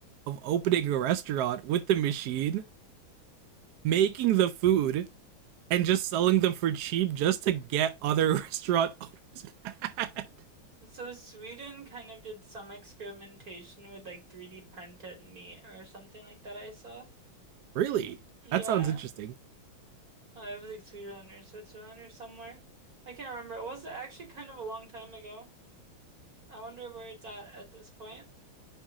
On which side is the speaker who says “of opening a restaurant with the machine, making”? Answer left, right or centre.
Right